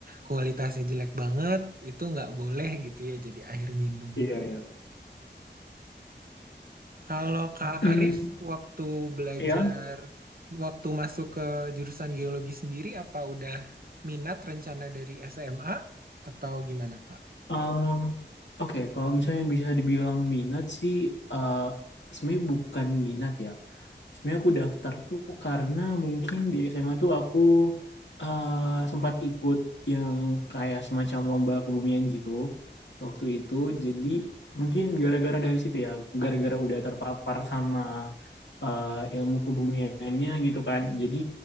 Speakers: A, on the right (about 55°); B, on the left (about 80°).
A: kualitasnya jelek banget itu nggak boleh gitu ya jadi air minum
B: iya, iya.
A: kalau Kak
B: Hmm,
A: Arif waktu belajar
B: ya.
A: waktu masuk ke jurusan geologi sendiri apa udah minat rencana dari SMA atau gimana Kak?
B: um, Oke, kalau misalnya bisa dibilang minat sih, eh sebenarnya bukan minat ya. sebenarnya aku daftar tuh karena mungkin di SMA tuh aku eh, sempat ikut yang kayak semacam lomba kebumian gitu waktu itu. Jadi mungkin gara-gara dari situ ya, gara-gara udah terpapar sama eh, ilmu kebumiannya gitu kan. Jadi